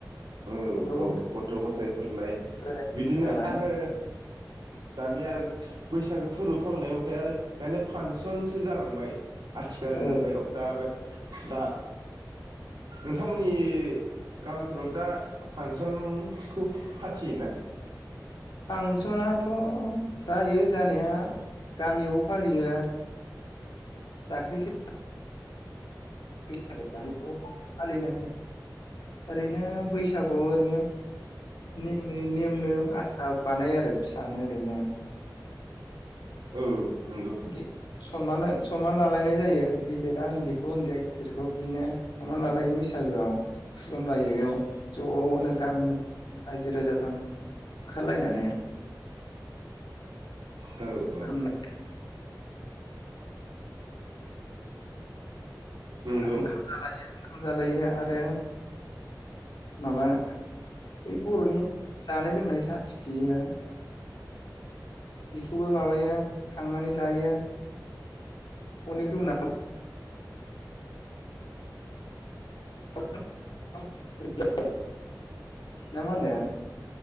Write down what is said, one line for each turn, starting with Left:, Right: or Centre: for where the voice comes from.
Right: औ
Left: गथ'
Right: औ
Left: गथाय
Right: गथ' गथाइफोरलाय
Left: बोराय बेन्थ'
Right: बिदिनो
Left: जाबाय
Right: आरो <unintelligible> नि आरो बैसागो फोरबो फालिनाय बाथाय आरो दानिया फांसनसो जालांबाय। आथिखाल
Left: ओ
Right: मुगायाव दाबाय दा नोंथांमोननि गामिफोराव दा फांसनखौ फाथियो ना?
Left: फांसनाथ' जायो जानाया गामियावबो फालियो दाख्लिसो <unintelligible> फालिदों ओरैनो बैसागुआव ओरैनो नेमनि नेमनो आन्था बानायो आरो फिसानो ओरैनो।
Right: ओ नोंगो
Left: गि- सनमान सनमान लालायनाय जायो गिदिरा उन्दैखौ उन्दैया गिदिरखौ बिदिनो सनमान लालायो बैसागोआव खुलुमलायो बेयाव ज'नो गामिनि रायजो राजाफ्रा ओंखारलायनानै।
Right: औ औ
Left: खुलुमलाय
Right: नंगौ
Left: ओंखाम जालायो खाम जालायो आरो माबा बै बर'नि जानाय लोंनाय साथिखियो बेखौबो माबायो खांनानै जायो अनेक दं ना <unintelligible> ना मा होनो?